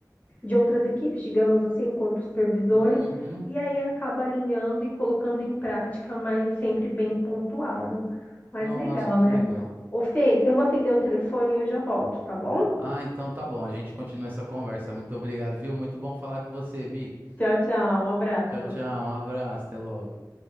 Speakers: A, on the left; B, on the right.
A: de outras equipes, digamos assim, com outros supervisores,
B: Uhum.
A: e aí acaba alinhando e colocando em prática, mas sempre bem pontuado. Mas
B: Nossa,
A: legal,
B: que
A: né?
B: legal.
A: Ô Fê, eu vou atender o telefone e eu já volto, tá bom?
B: Ah, então tá bom. A gente continua essa conversa. Muito obrigado, viu? Muito bom falar com você, Mi.
A: Tchau, tchau, um abraço.
B: Tchau, tchau. Um abraço. Até logo.